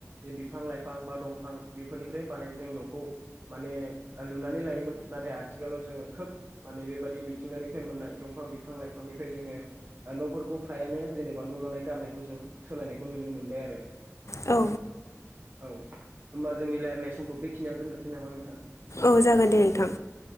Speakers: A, on the right (about 40°); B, on the left (about 65°).
A: जे बिफां लाइफां बा दंफां बेफोरनिफ्राय बानाय जों न'खौ माने लुनानै लायोमोन नाथाय आथिखालाव जोङो खोब माने बेबाददि मिथिंगानिफ्राय मोननाय दंफां बिफां लाइफांनिफ्राय जोङो न'फोरखौ फ्रायानो जेनेबा न' लुनाय गारनायखौ जों सोलायनायखौ नुनो मोनबाय आरो
B: औ
A: औ होमबा जोंनि रायलायनाय समखौ बेखिनियानो दोनद'सै नामा नोंथां?
B: औ जागोन दे नोंथां